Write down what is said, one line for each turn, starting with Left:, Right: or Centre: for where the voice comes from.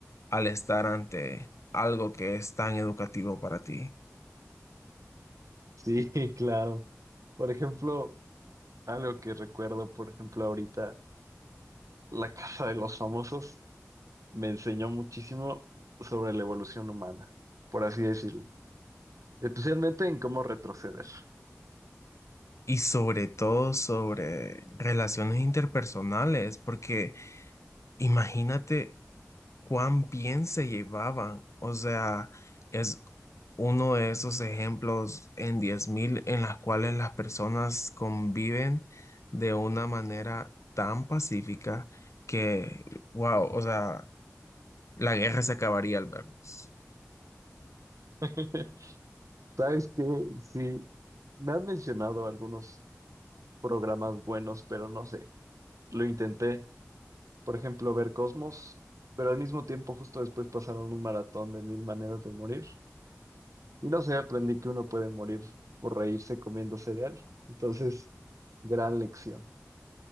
Left: al estar ante algo que es tan educativo para ti?
Right: Sí, <laughs> claro. Por ejemplo, algo que recuerdo, por ejemplo, ahorita, La Casa de los Famosos me enseñó muchísimo sobre la evolución humana, por así decirlo. Especialmente en cómo retroceder.
Left: Y sobre todo sobre relaciones interpersonales, porque imagínate cuán bien se llevaban. O sea, es uno de esos ejemplos en 10.000 en las cuales las personas conviven de una manera tan pacífica que, wow, o sea, la guerra se acabaría al vernos.
Right: <laughs> ¿Sabes qué? Sí, me han mencionado algunos programas buenos, pero no sé. Lo intenté. por ejemplo, ver Cosmos, pero al mismo tiempo justo después pasaron un maratón de mil maneras de morir. Y no sé, aprendí que uno puede morir por reírse comiendo cereal. Entonces, gran lección.